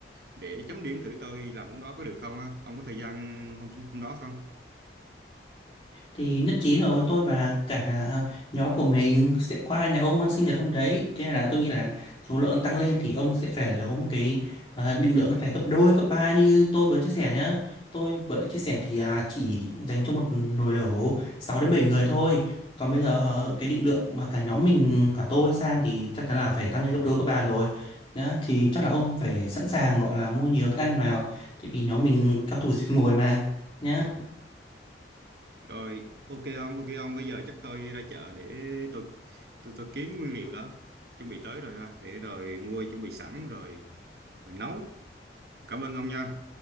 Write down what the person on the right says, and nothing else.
để chấm điểm thử tôi làm món đó có được không á. Ông có thời gian hôm hôm đó không?
Rồi, ok ông, ok ông, bây giờ chắc tôi ra chợ để tôi tôi, tôi kiếm nguyên liệu đó. Chuẩn bị tới rồi ha, để rồi mua chuẩn bị sẵn rồi, rồi nấu. Cảm ơn ông nha.